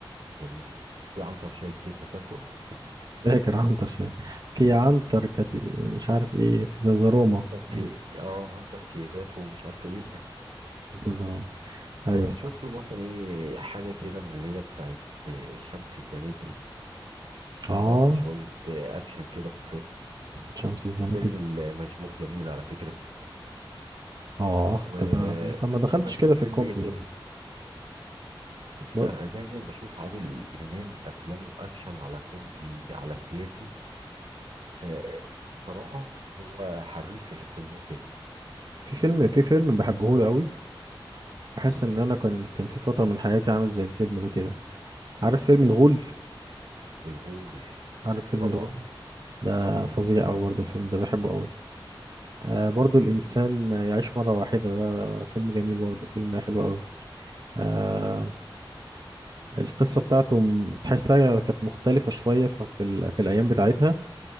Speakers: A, on the right (about 75°); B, on the right (about 50°).
A: جميل وفي عنتر شايل سيفه فاكره
B: فاكر عنتر شا- كي عنتر كت... مش عارف ايه تيتا زروما
A: عنتر
B: مم.
A: كي اه عنتر كيبات ومش عارف ايه
B: تيتا زروما
A: ونشوف
B: ايوه صح
A: له مثلا ايه حاجه كده من اللي هي بتاعت آه، شمس الزناتي فيها
B: اه
A: برضه شويه آه، اكشن كده خفاف
B: شمس الزناتي
A: وفيلم المشبوه جميل على فكرة
B: اه
A: و...
B: انت ده انت ما دخلتش
A: وفاكر
B: كده في
A: فيلم
B: الكوميدي
A: ايه تاني
B: بقى
A: بص
B: بقول-
A: انا دايما بشوف عادل امام افلامه اكشن على كوميدي على سياسي فصراحة هو حريف في في النقطة دي
B: في فيلم في فيلم بحبه له قوي بحس
A: مم.
B: ان انا كان كان في فتره من حياتي عامل زي الفيلم ده كده عارف فيلم الغول
A: الغول
B: عارف فيلم
A: طبعا
B: الغول ده فظيع قوي برضه الفيلم ده بحبه قوي آه برضه الانسان يعيش مره واحده ده فيلم جميل برضه فيلم حلو قوي آه القصه بتاعته م- تحسها كانت مختلفه شويه ف- في ال... في الايام بتاعتها